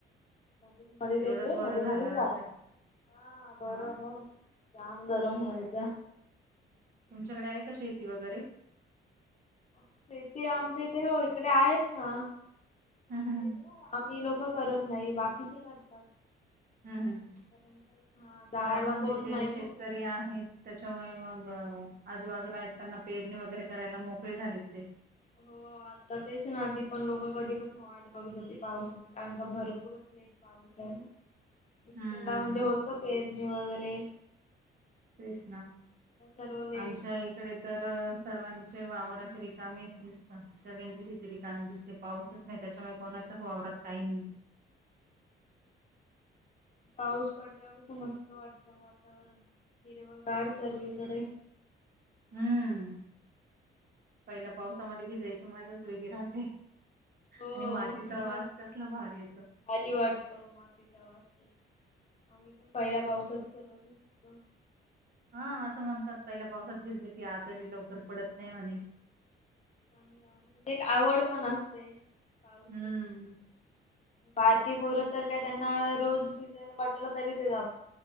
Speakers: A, on the left; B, on the right.
A: मध मधत
B: तेवढंच
A: येतोय
B: बरं
A: मध्ये
B: झालं
A: मध्ये जात,
B: असेल.
A: हा बर
B: हा
A: मग जाम गरम व्हायचा.
B: तुमच्याकडे आहे का शेती वगैरे.
A: शेती आमच्या इथे हो इकडे आहेत ना आमच्या
B: हम्म हम्म
A: इथ. हो आम्ही लोक करत नाही बाकीचे करतात.
B: हम् हम्,
A: कारण जायला
B: हा म्हणजे
A: कोण
B: जे
A: नाही
B: शेतकरी
A: ना मित्र.
B: आहेत. त्याच्यामुळे मग अ आजूबाजूला आहेत त्यांना पेरणी वगैरे करायला मोकळे झाले ते.
A: हो. आता तेच ना आधी पण लोक कधीपासून वाट बघत होती पावसाची कारण का भरपूरच लेट.. पाऊस आहे ना, त्याला
B: हम्म.
A: म्हणजे होत पेरणी वगैरे.
B: तेच ना,
A: सर्व लेट
B: आमच्या एक.. तिकडे तर सर्वांचे वावर असे रिकामेच दिसतात सगळ्यांची शेती रिकामी दिस... ते पाऊसच नाही त्याच्यामुळे कोणाच्याच वावरात काही नाही.
A: पाऊस पडल्यावर कस मस्त वाटत वातावरण. हिरव गार सर्वीकडे.
B: हम्म, पहिल्या पावसामध्ये भिजयची माजाच वेगळी राहते.
A: हो
B: आणि मातीचा
A: मग
B: वास कसला भारी येतो.
A: भारी वाटतो मातीचा वास आम्ही पण पहिल्या पावसात सर्व भजतो.
B: हा अस म्हणतात पहिल्या पावसात भिजल की आजारी लवकर पडत नाही म्हणे.
A: चणजे एक आवड म्हणा पण असते पावसाची.
B: हं,
A: बारकी पोर तर काय त्यांना रोज भिजायला पाठवल तरी ते जात